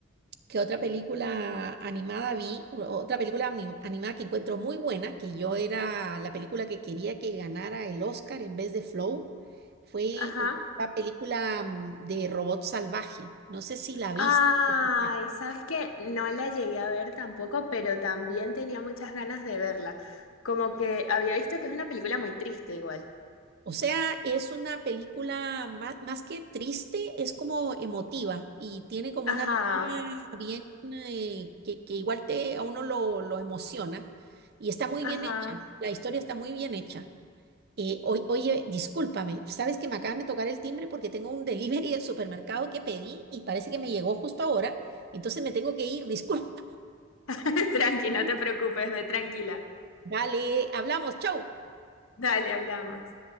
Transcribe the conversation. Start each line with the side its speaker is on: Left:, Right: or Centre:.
Right: que otra película animada vi, u- otra película anim- animada que encuentro muy buena, que yo era la película que quería que ganara el Oscar en vez de Flow, fue
Left: Ajá.
Right: la película mm, de Robot Salvaje. No sé si la
Left: Ay,
Right: viste. <laughs>
Left: sabes que no la llegué a ver tampoco, pero también tenía muchas ganas de verla. Como que había visto que es una película muy triste igual.
Right: O sea, es una película más, más que triste, es como emotiva y tiene como
Left: Ajá,
Right: una trama bien eh, que, que igual te, a uno lo, lo emociona y está muy
Left: ajá.
Right: bien hecha. La historia está muy bien hecha. Eh, oy- oye, discúlpame, sabes que me acaban de tocar el timbre porque tengo un delivery del supermercado que pedí y parece que me llegó justo ahora, entonces me tengo que ir, disculpa.
Left: <laughs> Tranqui,
Right: <laughs>
Left: no te preocupes, ve tranquila.
Right: Dale, hablamos, chau.
Left: Dale, hablamos.